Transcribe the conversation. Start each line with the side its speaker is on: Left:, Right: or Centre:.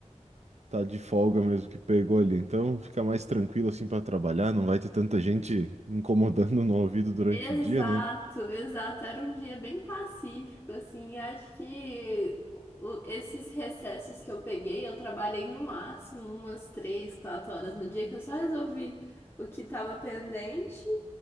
Right: tá de folga mesmo que pegou ali, então fica mais tranquilo assim para trabalhar, não vai ter tanta gente incomodando <laughs> no ouvido durante
Left: Exato,
Right: o dia, né?
Left: exato, era um dia bem pacífico, assim, acho que o- esses recessos que eu peguei, eu trabalhei no máximo umas três, quatro horas no dia, que eu só resolvi o que tava pendente